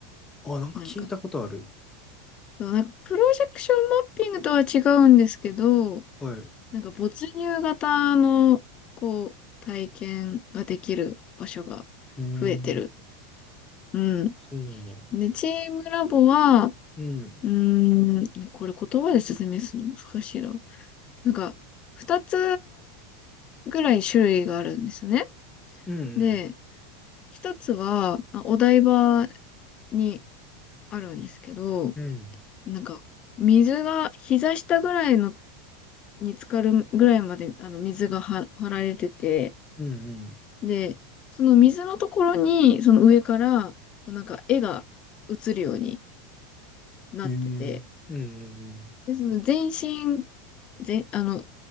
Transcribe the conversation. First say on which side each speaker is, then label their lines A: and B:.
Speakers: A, on the left; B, on the left.
A: あ、なんか聞いたことある。
B: なんか、なんかプロジェクションマッピングとは違うんですけど、
A: はい。
B: なんか没入型の、こう、体験ができる場所が
A: えー、
B: 増えてる。うん。
A: そうなんだ。
B: で、チームラボは、
A: うん。
B: うーん、これ言葉で説明するの難しいな。なんか、二つぐらい種類があるんですよね。
A: うんうん。
B: で、一つは、まあお台場にあるんですけど、
A: うん。
B: なんか、水が、膝下ぐらいの、に浸かるぐらいまで、あの、水がは張られてて、
A: うんうん。
B: で、その水のところに、その上から、なんか、絵が映るようになってて、
A: えー、うんうん
B: で、その全身、全、あの、